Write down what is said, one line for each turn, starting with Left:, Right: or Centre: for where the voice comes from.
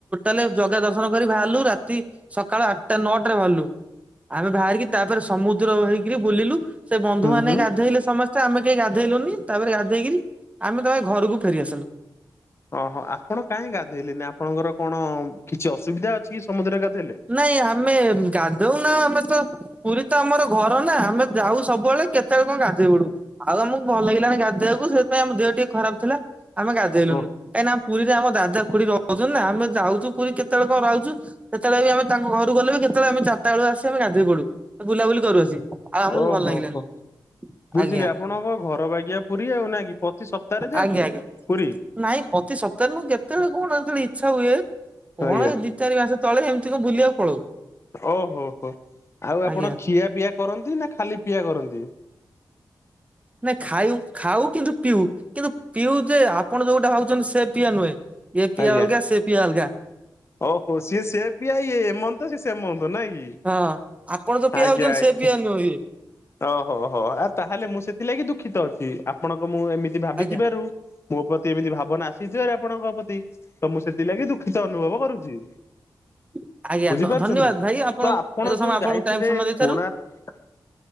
Right: ଜଗା ଦର୍ଶନ କରି ବାହାରଲୁ ରାତି ସକାଳ ଆଠଟା ନଅ ଟାରେ ଭାରିଲୁ ଆମେ ବାହାରିକି ତାପରେ ସମୁଦ୍ର ହେଇକିରି ବୁଲିଲୁ। ସେ ବନ୍ଧୁମାନେ
Left: ହୁଁ ହୁଁ।
Right: ଗାଧୋଇଲେ ସମସ୍ତେ। ସ୍ତେ ଆମେ କେହି ଗାଧେଇଲୁନି ତାପରେ ଗାଧେଇକରି ଆମେ ତମେ ଘରକୁ ଫେରିଆସିଲୁ।
Left: ଓହୋ ଆପଣ କାହିଁ ଗାଧୋଇଲେନି? ଆପଣଙ୍କର କଣ କିଛି ଅସୁବିଧା ଅଛି କି ସମୁଦ୍ରରେ ଗାଧୋଇଲେ?
Right: ନାଇଁ ଆମେ ଗାଧଉ ନା ଆମେ ତ ପୁରୀ ତ ଆମର ଘର ନା ଆମେ ଯାଉ ସବୁବେଳେ କେତେବେଳେ କଣ ଗାଧେଇ ପଡୁ। ଆଉ ଆମକୁ ଭଲ ଲାଗିଲାନି ଗାଧେଇବାକୁ ସେଥିାଇଁ ଆମ ଦେହ ଟିକେ ଖରାପ ଥିଲା। ଆମେ ଗାଧେଇଲୁନୁ
Left: ଓ
Right: କାଁ କିନା ପୁରୀ ରେ ଆମ ଦାଦା ଖୁଡୀ ରହୁ ହୁଛନ୍ତି ନା ଆମେ ଯାଉଛୁ ପୁରୀ କେତେବେଳେ କଣ ରହୁଛୁ ସେ କେତେଳେ ବି ଆମ ତାଙ୍କ ଘରୁ ଗଲୁ ବି କେତବେଳେ ଆମେ ଚାରଟା ବେଳେ ଆମେ ଆସି ଗାଧୋଇ ପଡୁ। ବୁଲାବୁଲି କରୁଆସି ଆଉ ଆମକୁ
Left: ଓହୋ
Right: ଭଲ ଲାଗିଲାନି।
Left: ହୋ ବୁଝିଲି
Right: ଆଜ୍ଞା
Left: ଆପଣଙ୍କ ଘର ବାଗିଆ ପୁରୀ ଆଉ ନା କି ପ୍ରତି ସପ୍ତାହରେ ଯାଆନ୍ତି
Right: ଆଜ୍ଞା ଆଜ୍ଞା
Left: ପୁରୀ?
Right: ନାଇଁ ପ୍ରତି ସପ୍ତାହରେ ମୁଁ କେତେବେଳେ କଣ ଯେତେବେଳେ ଇଚ୍ଛା ହୁଏ କଣ
Left: ଆଜ୍ଞା।
Right: ଦି ଚାରି ମାସ ତଳେ ଏମିତି କଣ ବୁଲିବାକୁ ପଳାଉ।
Left: ଓହୋ ହୋ ଆଉ ଆପଣ
Right: ଆଜ୍ଞା।
Left: ଖିଆ ପିଆ କରନ୍ତି ନା ଖାଲି ପିଆ କରନ୍ତି?
Right: ନାଇ ଖାୟୁ ଖାଉ କିନ୍ତୁ ପିଉ କିନ୍ତୁ ପିଉ ଯେ ଆପଣ ଯୋଉ ଗୋଟେ ଭାବୁଛନ୍ତି ସେ ପିଇଆ ନୁହେଁ। ଏ ପିଇଆ
Left: ଆଜ୍ଞା।
Right: ଅଲଗା ସେ ପିଆ ଅଲଗା।
Left: ଓହୋ ସିଏ ସେଏ ପିଆ ଇଏ ଏମନ୍ତ ସିଏ ସେମନ୍ତ ନାଇଁ କି।
Right: ହଁ ଆପଣ ଯୋଉ ପିଆ
Left: ଆଜ୍ଞା
Right: ଭାବୁଛନ୍ତି
Left: ଆ
Right: ସେ ପିଆ ନୁହେଁ ଇଏ।
Left: ଓହୋହୋ ଆଉ ତାହେଲେ ମୁଁ ସେଥିଲାଗି ଦୁଃଖିତ ଅଛି ଆପଣଙ୍କ ମୁଁ ଏମିତି ମିତି ଭାବିଥିବାରୁ
Right: ଆଜ୍ଞା
Left: ମୋ ପ୍ରତି ଏମିତି ଭାବନା ଆସିଥିବାର ଆପଣଙ୍କ ପ୍ରତି ତ ମୁଁ ସେଥିଲାଗି ଦୁଃଖିତ ଅନୁଭବ କରୁଛି।
Right: ଆଜ୍ଞା ଆଜ୍ଞା
Left: ବୁଝିପାରୁଛନ୍ତି,
Right: ଧନ୍ୟବାଦ ଭାଇ
Left: ତ ଆପଣ
Right: ଏତେ ସମୟ
Left: ଯୋଉ
Right: ଆପଣଙ୍କୁ
Left: ଯାଇଥିଲେ
Right: ଟାଇମ ସମୟ ଦେଇଥିବାରୁ
Left: କୋର୍ଣାକ